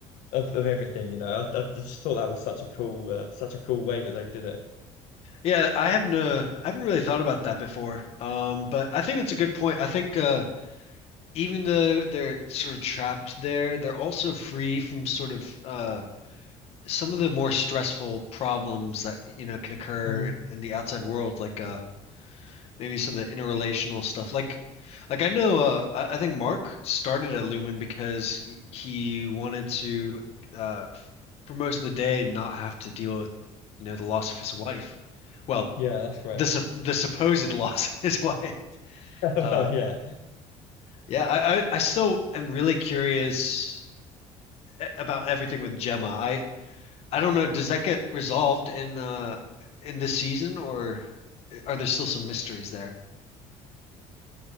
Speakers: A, on the left (about 75°); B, on the left (about 50°).
A: of of everything. You know, I, I just thought that was such a cool, uh, such a cool way that they did it.
B: Yeah, I haven't uh, I haven't really thought about that before. Um, but I think that's a good point. I think uh even though they're sort of trapped there, they're also free from sort of uh some of the more stressful problems that you know can occur
A: Mm,
B: in, in the outside world, like uh maybe some of the interrelational stuff. Like, like I know, uh, I, I think Mark started at Lumen because he he wanted to, uh, f- for most of the day, not have to deal with, you know, the loss of his wife. Well,
A: yeah, that's correct.
B: the sup-
A: <laughs>
B: the supposed loss <laughs> of his wife.
A: Well,
B: Uh,
A: yeah.
B: yeah, I, I I still am really curious a- about everything with Gemma. I I don't know. Does that get resolved in uh in this season, or are there still some mysteries there?